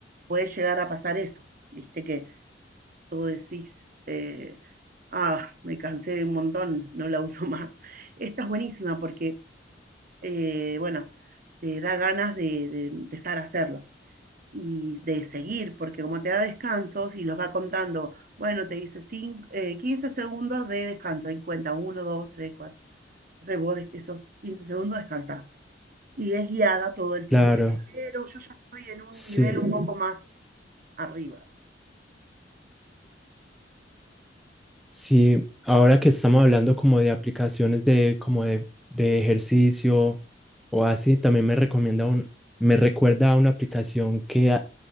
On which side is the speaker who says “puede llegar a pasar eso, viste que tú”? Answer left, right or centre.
Right